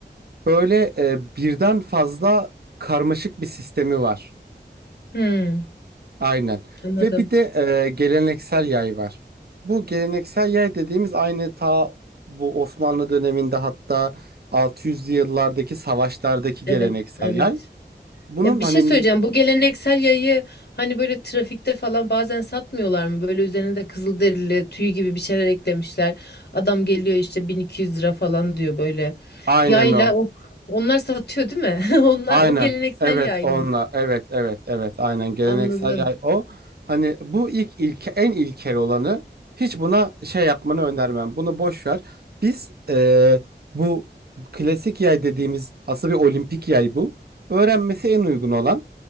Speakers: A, on the right; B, on the left.
A: Böyle e, birden fazla karmaşık bir sistemi var.
B: Hmm,
A: Aynen.
B: anladım.
A: Ve bir de e, geleneksel yay var. Bu geleneksel yay dediğimiz aynı ta bu Osmanlı döneminde hatta 600'lü yıllardaki savaşlardaki geleneksel
B: Evet, evet.
A: yay. Bunun
B: Ya bir
A: hani
B: şey söyleyeceğim.
A: ni-
B: Bu geleneksel yayı hani böyle trafikte falan bazen satmıyorlar mı? Böyle üzerine de kızılderili tüy gibi bir şeyler eklemişler. Adam geliyor işte 1200 lira falan diyor böyle.
A: aynen
B: Yayla
A: o.
B: o onlar satıyor değil mi? <laughs> Onlar
A: Aynen.
B: o geleneksel
A: Evet
B: yay
A: onunla.
B: mı?
A: Evet evet evet aynen geleneksel
B: Anladım.
A: yay o. Hani bu ilk ilke en ilkel olanı hiç buna şey yapmanı önermem. Bunu boş ver. Biz eee, bu klasik yay dediğimiz aslında bir olimpik yay bu. Öğrenmesi en uygun olan.